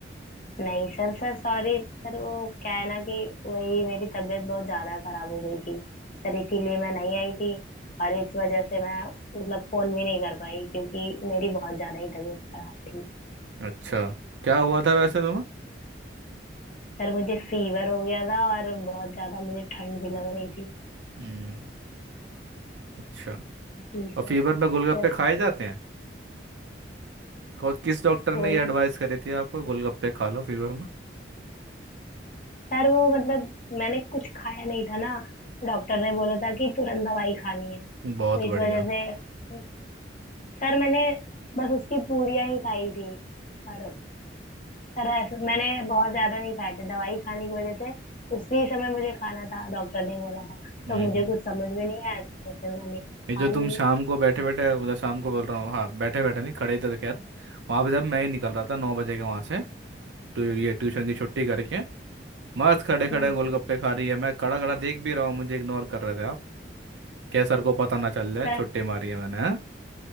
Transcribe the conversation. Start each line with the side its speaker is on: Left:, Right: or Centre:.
Left: नहीं सर सर सॉरी सर वो क्या है ना कि वही मेरी तबीयत बहुत ज्यादा खराब हो गई थी सर इसीलिए मैं नहीं आई थी और इस वजह से मैं मतलब फोन भी नहीं कर पाई क्योंकि मेरी बहुत ज्यादा ही तबीयत खराब थी
Right: अच्छा क्या हुआ था वैसे तुम्हें
Left: सर मुझे फीवर हो गया था और बहुत ज्यादा मुझे ठंड भी लग रही थी
Right: हम्म अच्छा
Left: जी sir
Right: और फीवर में गोलगप्पे
Left: Yes
Right: खाए
Left: sir
Right: जाते हैं कौ-
Left: Sir
Right: किस डॉक्टर
Left: gold
Right: ने ये एडवाइस करी थी आपको गोलगप्पे खा लो फीवर में
Left: Sir वो मतलब मैंने कुछ खाया नहीं था ना डॉक्टर ने बोला था कि तुरंत दवाई खानी है तो
Right: बहुत बढ़िया
Left: इस वजह से सर मैंने बस उसकी पूरियां ही खाई थी और सर ऐसे मैंने बहुत ज्यादा नहीं खाए थे दवाई खाने की वजह से उसी समय मुझे खाना था डॉक्टर ने बोला था
Right: हम्म
Left: तो मुझे कुछ समझ में नहीं आया तो फिर मैंने खा
Right: ये जो तुम
Left: लिए
Right: शाम को बैठे बैठे मतलब शाम को बोल रहा हूँ हाँ बैठे बैठे नहीं खड़े ही थे तो खैर वहाँ पे जब मैं ही निकल रहा था नौ बजे के वहाँ से तो ये ट्यूशन की छुट्टी करके मस्त खड़े खड़े
Left: हम्म
Right: गोलगप्पे खा रही है मैं खड़ा खड़ा देख भी रहा हूँ मुझे इग्नोर कर रहे थे आप क्या सर को पता ना चल जाए
Left: सर
Right: छुट्टी मारी है मैंने हाँ?